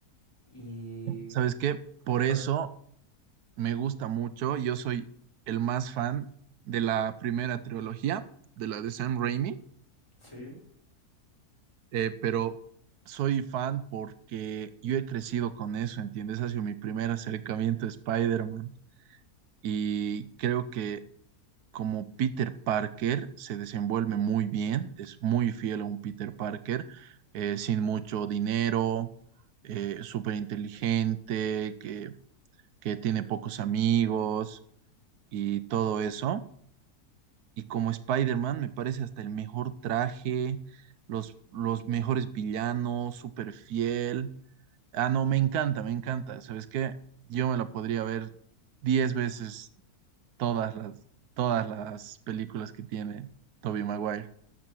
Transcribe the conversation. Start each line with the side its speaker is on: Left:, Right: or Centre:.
Left: Y
Right: ¿Sabes qué? Por
Left: igual,
Right: eso me gusta mucho. Yo soy el más fan de la primera trilogía, de la de Sam Raimi,
Left: sí.
Right: eh, pero soy fan porque yo he crecido con eso, ¿entiendes? Ha sido mi primer acercamiento a Spider-Man y creo que como Peter Parker se desenvuelve muy bien, es muy fiel a un Peter Parker, eh, sin mucho dinero, súper inteligente, que, que tiene pocos amigos y todo eso. Y como Spider-Man, me parece hasta el mejor traje, los, los mejores villanos, súper fiel. Ah, no, me encanta, me encanta. ¿Sabes qué? Yo me la podría ver diez veces todas las, todas las películas que tiene Tobey Maguire.